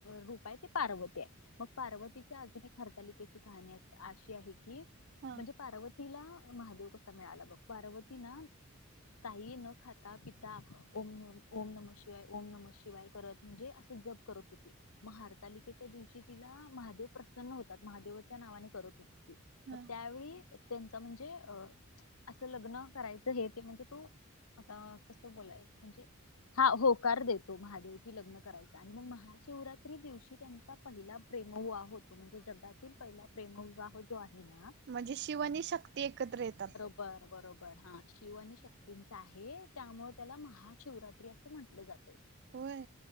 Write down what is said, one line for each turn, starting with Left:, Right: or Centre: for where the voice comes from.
Left: रूप आहे ते पार्वती आहे मग पार्वतीच्या अजून एक हरतालिकेची कहाणी अस अशी आहे की
Right: हा
Left: म्हणजे पार्वतीला महादेव कसा मिळाला बघ पार्वती ना काही न खाता पिता ओम ओम नम शिवाय ओम नम शिवाय करत म्हणजे असं जप क करत ते म हारतालिकेच्या दिवशी तिला महादेव प्रसन्न होतात महादेवाच्या नावाने करत होते ती
Right: हा
Left: मग त्यावेळी त्यांचा म्हणजे अ असं लग्न करायचं हे ते म्हणजे तू आता कसं बोलाय म्हणजे हा होकार देतो महादे की ल्न करायचं आणि मग महा शिवरात्री दिवशी त्यांचा पहिला प्रेमवुवा होतो म्हणजे जगातील पहिला प्रेमविवाह जो आहे ना
Right: म्हणजे शिवनी शक्ती एकत्र येतात
Left: बर बरोबर हा शिव आणि शक्तींचा आहे त्यामुळे त्याला महाशिवरात्री असे म्हंटले जाते
Right: होय